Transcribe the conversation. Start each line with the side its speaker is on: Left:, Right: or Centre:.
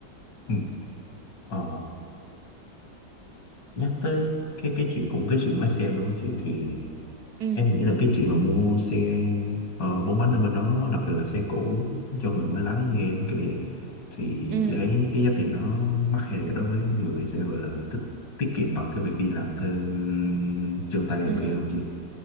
Left: ừ. Ờ, nhắc tới cái cái chuyện cũng cái chuyện lái xe luôn chị thì
Right: ừ
Left: Em nghĩ là cái chuyện mà mua xe ờ, bốn bánh ở bên đó, đặc biệt là xe cũ cho người mới lái như em kiểu vậy, thì
Right: ừ
Left: chị thấy cái giá tiền nó mắc hay rẻ đối với người sẽ gọi là tích tiết kiệm bằng cái việc đi làm thêm chân tay đầu
Right: ừ
Left: kia hơn chị.